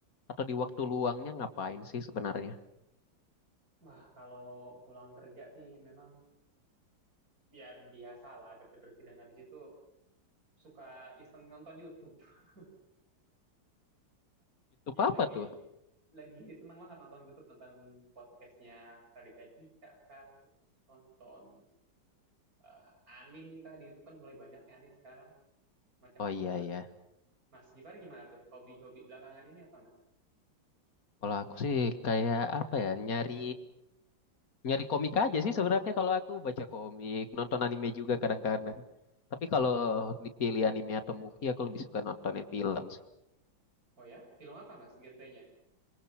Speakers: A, on the left (about 50°); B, on the right (about 50°).
A: atau di waktu luangnya ngapain sih sebenarnya?
B: Wah, kalau pulang kerja sih memang ya biasalah bersih-bersih dan habis itu suka iseng nonton YouTube. <laughs>
A: Itu
B: Iya
A: apa
B: lagi
A: tuh?
B: lagi seneng banget nonton YouTube, nonton podcastnya Raditya Dika kah, terus nonton eh, anim kah di YouTube kan mulai banyak yang anim sekarang, macam-macam
A: Oh iya
B: lah.
A: ya.
B: Mas Gifari gimana tuh? Hobi-hobi belakangan ini apa, Mas?
A: Kalau aku sih kayak apa ya, nyari nyari komik aja sih sebenarnya kalau aku baca komik, nonton anime juga kadang-kadang. Tapi
B: Oh.
A: kalau dipilih anime atau movie, aku lebih suka nontonin film sih.
B: Oh ya? Film apa, Mas? Genrenya?